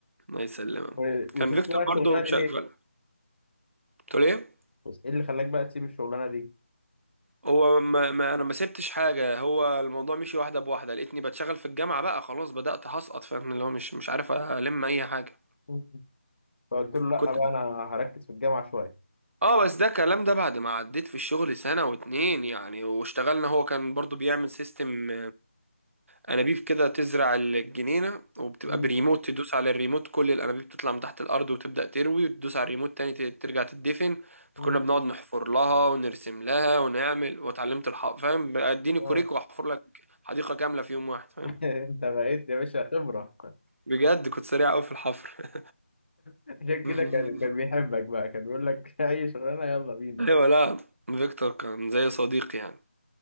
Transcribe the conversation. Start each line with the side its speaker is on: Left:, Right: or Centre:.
Right: الله يسلمك
Left: و- وسبت
Right: كان فيكتور
Left: بقى الشغلانة
Right: برضو
Left: دي
Right: مشغل
Left: ليه؟
Right: قلت ليه
Left: إيه اللي خلاك بقى تسيب الشغلانة دي؟
Right: هو ما, ما انا ما سبتش حاجه هو الموضوع مشي واحده بواحده لقيتني بتشغل في الجامعه بقى خلاص بدات هسقط فاهم اللي هو مش مش عارف الم اي حاجه
Left: مم. فقلت له لأ
Right: كنت
Left: بقى أنا هركز في الجامعة شوية
Right: اه بس ده الكلام ده بعد ما عديت في الشغل سنه واتنين يعني واشتغلنا هو كان برضو بيعمل سيستم انابيب كده تزرع الجنينه وبتبقى
Left: مم.
Right: بريموت تدوس على الريموت كل الانابيب تطلع من تحت الارض وتبدا تروي وتدوس على الريموت تاني ت- ترجع تدفن فكنا
Left: مم.
Right: بنقعد نحفر لها ونرسم لها ونعمل واتعلمت الحفر فاهم بقى اديني
Left: آه.
Right: كوريك واحفر لك حديقه كامله في يوم واحد فاهم
Left: <laughs> أنت بقيت يا باشا خبرة
Right: بجد كنت سريع قوي في الحفر
Left: عشان كده
Right: <laughs>
Left: كان كان بيحبك بقى كان بيقول لك <laughs> أي شغلانة يلا بينا
Right: ايوه لا فيكتور كان زي صديقي يعني